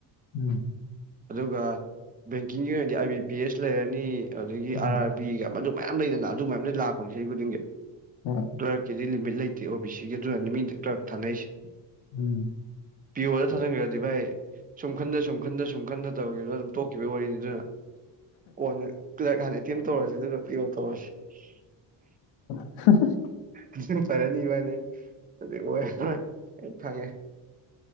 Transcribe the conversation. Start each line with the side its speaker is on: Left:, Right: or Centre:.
Left: ꯎꯝ
Right: ꯑꯗꯨꯒ ꯕꯦꯡꯀꯤꯡꯒꯤ ꯑꯣꯏꯅꯗꯤ ꯑꯥꯏ ꯕꯤ ꯄꯤ ꯑꯦꯁ ꯂꯩꯔꯅꯤ ꯑꯗꯨꯗꯒꯤ ꯑꯥꯔ
Left: ꯎꯝ
Right: ꯑꯥꯔ ꯕꯤꯒ ꯃꯗꯨ ꯃꯌꯥꯝ ꯂꯩꯗꯅ ꯑꯗꯨ ꯃꯌꯥꯝ ꯗꯩ ꯂꯥꯛꯄꯅꯤ ꯆꯍꯤ ꯈꯨꯗꯤꯡꯒꯤ
Left: ꯍꯣꯢ
Right: ꯀ꯭ꯂꯔꯛꯀꯤꯗꯤ ꯂꯤꯃꯤꯠ ꯂꯩꯇꯦ ꯑꯣ ꯕꯤ ꯁꯤꯒꯤ ꯑꯗꯨꯅ ꯃꯤꯅ ꯀ꯭ꯂꯔꯛ ꯊꯥꯅꯩꯁꯦ
Left: ꯎꯝ
Right: ꯄꯤꯑꯣꯗ ꯊꯥꯖꯤꯟꯈ꯭ꯔꯗꯤ ꯚꯥꯏ ꯁꯨꯝ ꯈꯟꯗ ꯁꯨꯝ ꯈꯟꯗ ꯁꯨꯝ ꯈꯟꯗ ꯇꯧꯈꯤꯕꯗ ꯑꯗꯨꯝ ꯇꯣꯛꯈꯤꯕꯩ ꯋꯥꯔꯤꯅꯤ ꯑꯗꯨꯅ ꯀꯣꯟꯅ ꯀ꯭ꯂꯔꯛ ꯍꯥꯟꯅ ꯑꯦꯇꯦꯝ ꯇꯧꯔꯁꯦ ꯑꯗꯨꯒ ꯄꯤꯑꯣ ꯇꯧꯔꯁꯦ
Left: <unintelligible>
Right: ꯑꯗꯨ ꯐꯔꯅꯤ ꯏꯕꯅꯤ ꯑꯗꯨ ꯑꯣꯏꯔꯔꯣꯢ ꯑꯩ ꯈꯪꯉꯦ